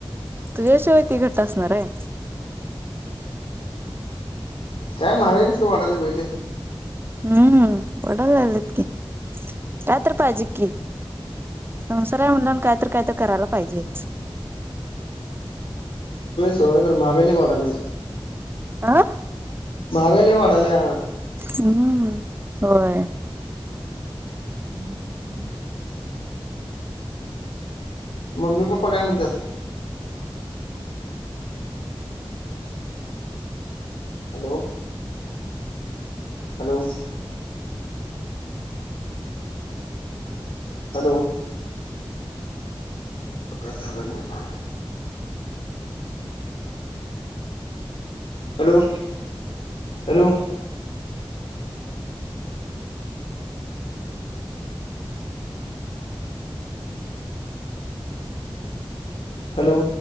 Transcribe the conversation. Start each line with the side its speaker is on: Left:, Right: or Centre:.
Right: तुझ्याशिवाय ती घट्ट असणार आहे
Left: काय मगा कसल वाटाले बहि
Right: हम्म डान लालेत की रात्र पाज की संसारा म्हणलं काय तर काय तर करायला पाहिजेच
Left: स महागाले वाढाले
Right: आह
Left: मागा ल वाढाल्या
Right: हम्म होय
Left: हम्म हम्म मम्मी पप्पा काय म्हणतात हॅलो हॅलो हॅलो ल काय झाला का हॅलो हॅलो हॅलो